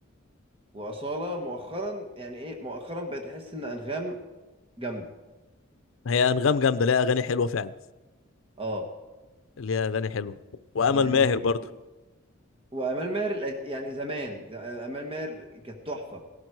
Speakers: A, on the right (about 25°); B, on the left (about 70°).
A: واصاله مؤخرا يعني ايه مؤخرا بقيت احس ان انغام جامده
B: هي انغام جامده ليها اغاني حلوه فعلا
A: اه
B: ليها اغاني حلوه وامل
A: يعني
B: ماهر
A: يمكن
B: برضو
A: ممكن وامال ماهر القد- يعني زمان امال ماهر كانت تحفه